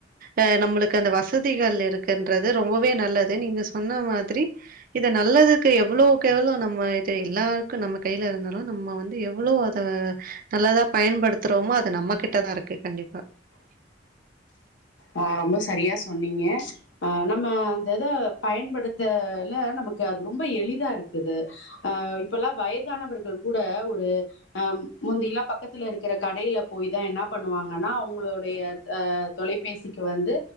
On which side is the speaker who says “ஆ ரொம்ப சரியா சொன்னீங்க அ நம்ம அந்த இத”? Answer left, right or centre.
Left